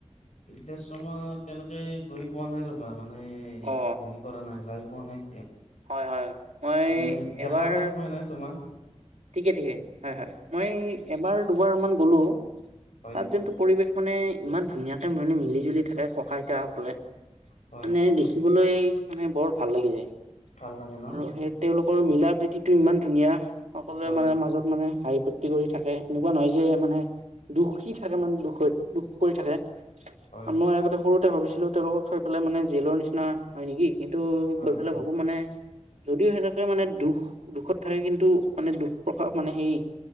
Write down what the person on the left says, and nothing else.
বৃদ্ধাশ্ৰমত তেনেকে গৈ পোৱা নাই ৰ'বা আমাৰ মানে
হেৰি কৰা নাই যাই পোৱা নাই
এনেই দেখা
পাই থাকো এ নাই তোমাৰ
হয়
নেকি
হয়
ভাল লাগে ন
হয়
হয়
অ
অ